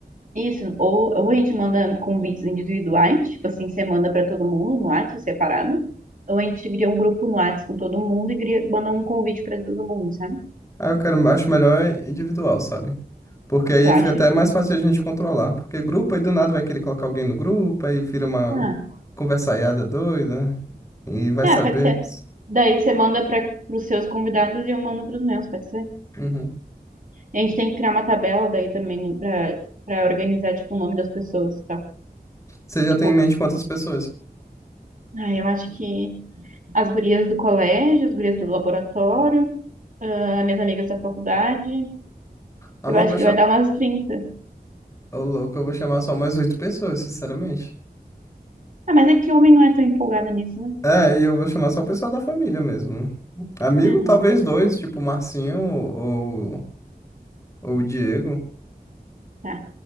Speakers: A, on the right; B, on the left.
A: Isso, ou, ou a gente manda convites individuais, tipo assim, você manda pra todo mundo no WhatsApp separado, ou a gente cria um grupo no WhatsApp com todo mundo e cria- manda um convite pra todo mundo, sabe?
B: Ah, eu quero, acho melhor individual, sabe? Porque aí
A: Tu acha?
B: fica até mais fácil de a gente controlar. Porque grupo aí do nada vai querer colocar alguém no grupo, aí vira uma
A: Ah,
B: conversaiada doida e vai
A: ah,
B: saber.
A: pode ser. Daí você manda para os seus convidados e eu mando para os meus, pode ser?
B: Uhum.
A: E a gente tem que criar uma tabela daí também para para organizar tipo o nome das pessoas, e tal.
B: Você já
A: Tipo,
B: tem em mente quantas pessoas?
A: ah, eu acho que as gurias do colégio, as gurias do laboratório, ah, minhas amigas da faculdade,
B: Ah,
A: eu
B: mas
A: acho
B: eu vou chamar.
A: que vai dar umas trinta
B: Ô, louco, eu vou chamar só mais oito pessoas, sinceramente.
A: Ah, mas é que homem não é tão empolgada nisso, né?
B: É, e eu vou chamar só o pessoal da família mesmo. Amigo,
A: Ah, não,
B: talvez
A: eu...
B: dois, tipo o Marcinho ou, ou o Diego.
A: Tá.